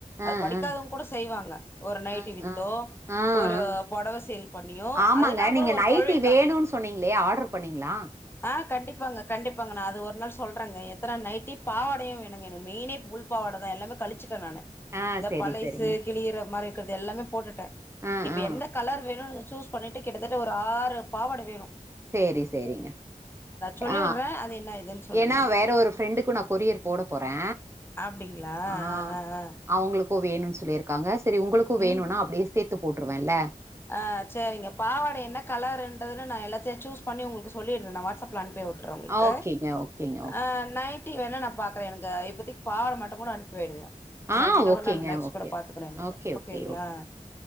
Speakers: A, on the left; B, on the right.
A: அது
B: ஆ
A: படிக்காதவங்க
B: ஆ
A: கூட செய்வாங்க ஒரு நைட்டி
B: ஆ
A: வித்தோ
B: ஆ ஆ
A: ஒரு
B: ஆ.
A: புடவ சேல் பண்ணியோ
B: ஆமாங்க
A: அதெல்லா
B: நீங்க
A: கூட ஒரு
B: நைட்டி
A: தொழில்
B: வேணுன்னு
A: தா
B: சொன்னீங்களே ஆடர் பண்ணீங்ளா
A: ஆ கண்டிப்பாங்க கண்டிப்பாங்க நா அது ஒரு நாள் சொல்றேங்க எத்தன நைட்டி பாவாடையு வேணுங்க எனக்கு மெயினே உள்பாவாட தா எல்லாமே கழிச்சிட்டே நானு
B: ஆ
A: இந்த
B: சரி
A: பழைசு
B: சரிங்க
A: கிழியிற மாரி இருக்கிறது எல்லாமே போட்டுட்டே
B: ஆ
A: இப்ப
B: ஆ
A: எந்த கலர் வேணுன்னு சூஸ் பண்ணீட்டு கிட்டத்தட்ட ஒரு ஆறு பாவட வேணு
B: சேரி சேரிங்க
A: சொல்லிடுறேன்.
B: ஆ
A: அது என்ன ஏதுன்னு சொல்லுங்க
B: ஏன்னா
A: எனக்கு.
B: வேற ஒரு ஃப்ரெண்டுக்கு நா கொரியர் போட போறே
A: அப்டிங்களா?
B: ஆ
A: ஆ ஆ.
B: அவங்களுக்கு வேணுன்னு சொல்லிருக்காங்க செரி உங்களுக்கு வேணுன்னா
A: ம்.
B: அப்டியே சேத்து போட்டுருவேன்ல்ல
A: ஆ சேரிங்க பாவாட என்ன கலர்ன்றதுல நா எல்லாத்தயு சூஸ் பண்ணி உங்களுக்கு சொல்லிடுறே நா வாட்ஸ்அப்ல அனுப் பி வுட்டுறே உங்களுக்கு
B: ஓகேங்க ஓகேங்க ஓகேங்க
A: ஆ நைட் டி வேண நா பாக்குறே எனக்கு இப்போதைக்கி பாவட மட்டு கூட அனுப்பி வைங்க
B: ஆ
A: நைட்டி நா
B: ஓகேங்க
A: கூட நா நெக்ஸ்ட்
B: ஓகே
A: கூட பாத்துக்குறே எனக்கு
B: ஓகே
A: ஓகேங்களா
B: ஓகே ஓகே ஆ